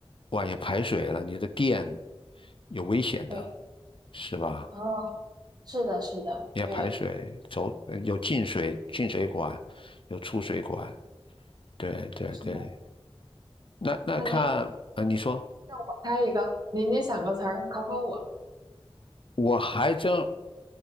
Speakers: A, on the left; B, on the right.
A: 万一排水了，你的电有危险的，
B: 对，
A: 是吧？
B: 哦，是的，是的，
A: 你要排水，
B: 对，
A: 走，呃有进水进水管，有出水管。对对对，
B: 是的。
A: 那那看，
B: 那您
A: 呃，你说
B: 让我猜一个，您您想个词儿考考我
A: 我还真